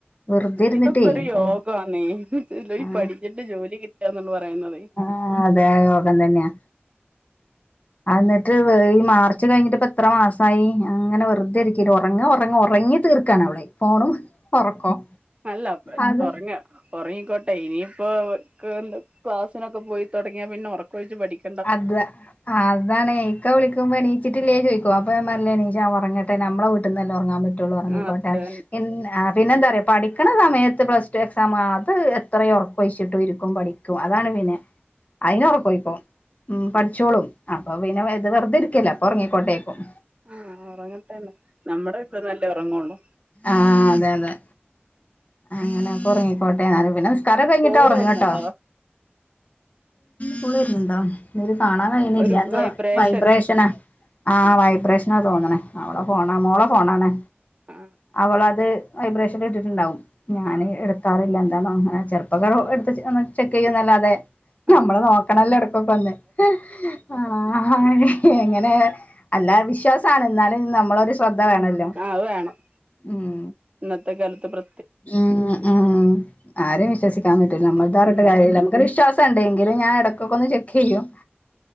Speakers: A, on the left; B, on the right.
A: വെറുതെ ഇരുന്നിട്ടേ
B: ഇതൊക്കെ ഒരു യോഗാന്നേ
A: ഓ
B: ഈ
A: ആ
B: പഠിച്ചിട്ട് ജോലി കിട്ടാന്നു പറയുന്നതേ
A: ആഹ് അതെ യോഗം തന്നെയാ അന്നിട്ട് ഈ മാർച്ച് കഴിഞ്ഞിട്ട് ഇപ്പ എത്ര മാസായി അങ്ങനെ വെറുതെരിക്കാ ഉറങ്ങാ ഉറങ്ങാ ഉറങ്ങി തീർക്കണാവളെ ഫോണും ഉറക്കോം
B: അല്ല
A: അത്
B: ഉറങ്ങ ഉറങ്ങിക്കോട്ടെ ഇനിയിപ്പോ <unintelligible> ക്ലാസ്സിനൊക്കെ പോയിത്തൊടങ്ങിയാ പിന്നെ ഉറക്കൊഴിച്ച് പഠിക്കു
A: അതേ ആഹ് അതാണ് ഇക്ക വിളിക്കുമ്പോ നീച്ചിട്ടില്ലേ ചോയിക്കും അപ്പ ഞ പറഞ്ഞന് ഇല്ലാ ഉറങ്ങട്ടെ നമ്മളെ വീട്ടന്നല്ലേ ഉറങ്ങാൻ പറ്റു റ്റുള്ളൂ ഉറങ്ങിക്കോട്ടെ
B: ആ അതന്നെ
A: പിന്ന പിന്നെ എന്താ അറിയോ പഠിക്കണ സമയത്ത് പ്ലസ് ടു എക്സാം അത് എത്ര ഉറക്കൊഴിച്ചിട്ടും ഇരിക്കും പഠിക്ക ക്കും അതാണ് പിന്നെ അയിന് ഒറക്കം ഒയിക്കും ഉം പഠിച്ചോളും
B: ആ
A: അപ്പൊ പിന്നെ ഇത് വെറുതെരിക്കുല്ലേ അപ്പൊറങ്ങിക്കോട്ടേവെക്കും
B: ആഹ് ഉറങ്ങട്ടെന്ന് നമ്മുടെ അടുത്ത്ന്നല്ലേ ഉറങ്ങള്ളൂ
A: ആഹ് അതെ അതെ അങ്ങനൊക്കെ ഉറങ്ങിക്കോട്ടെന്ന് പിന്നെ നിസ്കാരൊക്കെ കഴിഞ്ഞിട്ടാ
B: കോള്
A: ഉറങ്ങട്ടോ
B: വരുന്നുണ്ടോ
A: കോൾ വരുന്നുണ്ടോ കാണാൻ കഴിയണില്ല
B: ഒരു
A: എന്തോ
B: വൈബ്രേഷൻ
A: വൈബ്രേഷനാ ആഹ്
B: ആ
A: വൈബ്രേഷനാ തോന്നണേ അവളെ ഫോണാ മോളെ ഫോണാണ്
B: ആ
A: അവളത് വൈബ്രേഷൻ ഇട്ടിട്ടുണ്ടാവും ഞാൻ
B: ആ
A: എടുക്കാറില്ല എന്തണോ അങ്ങനെ ചെറു <unintelligible> എടുത്ത് നമ്മ ചെക്ക് ചെയ്യുംന്നല്ലാതെ
B: ആ
A: നമ്മള്
B: ആ
A: നോക്കണല്ലോ എടക്കൊക്കെന്ന് ആഹ് ആഹ് എങ്ങനെ അല്ലാ വിശ്വാസ <unintelligible> ണ് എന്നാലും നമ്മളൊരു ശ്രദ്ധ വേണല്ലോ
B: ആ അത് വേണം
A: ഉം
B: ഇന്നത്തെ കാലത്ത് പ്ര
A: ഉം ഉം ആരേം വിശ്വസിക്കാൻ പറ്റൂല നമ്മള് പറഞ്ഞിട്ട്
B: ഉം
A: കാര്യില്ല വിശ്വാസ ഉണ്ടെങ്കില് ഞാൻ ഇടക്കൊക്കെന്ന് ചെക്കെയ്യും.